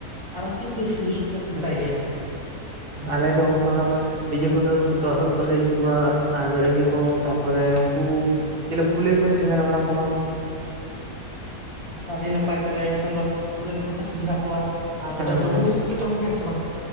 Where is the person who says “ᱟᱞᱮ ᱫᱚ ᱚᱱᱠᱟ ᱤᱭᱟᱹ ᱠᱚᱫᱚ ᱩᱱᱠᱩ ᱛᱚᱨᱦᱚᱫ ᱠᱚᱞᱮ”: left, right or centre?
Right